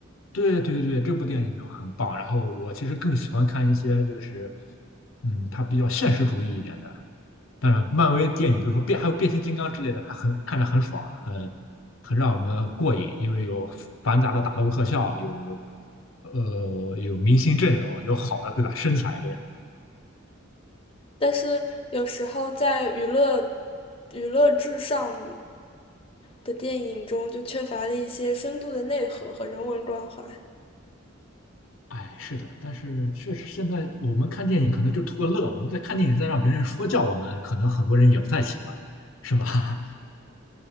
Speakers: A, on the left; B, on the left.
A: 对对对，这部电影就很棒。然后我其实更喜欢看一些就是，嗯，它比较现实主义一点的。当然，漫威电影，比如说变，还有变形金刚之类的，它很看着很爽，很很让我们过瘾，因为有繁杂的打斗特效，有呃有明星阵容，有好的对吧身材这样。
B: 但是有时候在娱乐、娱乐至上的电影中，就缺乏了一些深度的内核和人文关怀，
A: 哎，是的，但是确实现在我们看电影可能就图个乐，我们在看电影再让别人说教我们，可能很多人也不太喜欢，是吗？<laughs>